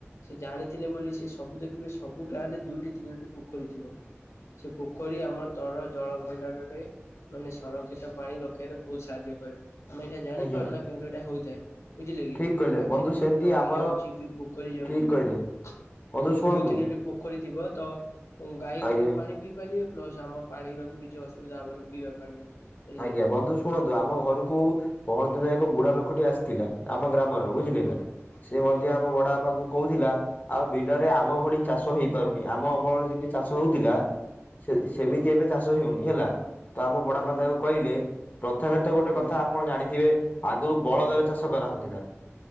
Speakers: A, on the left; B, on the left.
A: ସେ ଜାଣିଥିଲେ ବୋଲି ସେ ସବୁ ଦେଖିବେ ସବୁ ଗାଁ ରେ ଦୁଇଟି ତିନିଟି ପୋଖରୀ ଥିବ। ସେ ପୋଖରୀ ଆମର ତର ଜଳ ଭଣ୍ଡାରରେ ମାନେ ସଂରକ୍ଷିତ ପାଣି ରଖିବାଗରେ ବହୁତ ସାହାଯ୍ୟ କରେ ଆମେ ଏଇଟା ଜାଣିପାରୁନା
B: ଆଜ୍ଞା
A: କିନ୍ତୁ ଏଇଟା ହଥାଏ ବୁଝିଲେ କି
B: ଠିକ କହିଲେ
A: ପାଖରେ
B: ବନ୍ଧୁ
A: ଯଦି
B: ସେମିତି
A: ନଈ
B: ଆମର
A: ଯାଉଛି କି ପୋଖରୀ ଯାଉଛନ୍ତି।
B: ଠିକ କହିଲେ ବନ୍ଧୁ ଶୁଣନ୍ତୁ
A: ଦୁଇ ତିନିଟି ପୋଖରୀ ଥିବ ତ ଗାଈ
B: ଆଜ୍ଞା
A: ଗୋରୁ ପାଣି ପିଇ ପାରିବେ ପ୍ଲସ୍ ଆମ ପାଣିର ବି କିଛି ଅସୁବିଧା ହବନି ପିଇବା ପାଣିର। ବୁଝିଲେ
B: ଆଜ୍ଞା
A: କି?
B: ବନ୍ଧୁ ଶୁଣନ୍ତୁ ଆମ ଘରକୁ ପହର ଦିନ ଏକ ବୁଢା
A: ହୁଁ
B: ଲୋକଟି ଆସିଥିଲା ଆମ ଗ୍ରାମର ବୁଝିଲେ
A: ହୁଁ
B: ନା? ସେ
A: ହୁଁ
B: ମଧ୍ୟ ଆମ ବଡାବାପାଙ୍କୁ କହୁଥିଲା ଆଉ ବିଲରେ ଆମ
A: ହୁଁ
B: ଭଳି ଚାଷ ହେଇପାରୁନି ଆମ ଅମଳରେ ଯେମତି ଚାଷ ହଉଥିଲା। ସେ
A: ହୁଁ
B: ସେମିତି ଏବେ ଚାଷ ହଉନି ହେଲା ତ ଆମ ବଡପା
A: ହୁଁ
B: ତାକୁ କହିଲେ ପ୍ରଥମେ ତ ଗୋଟେ
A: ହୁଁ
B: କଥା ଆପଣ ଜାଣିଥିବେ? ଆଗରୁ ବଳଦରେ
A: ହୁଁ ହୁଁ ହଁ
B: ଚାଷ କରାହଉଥିଲା।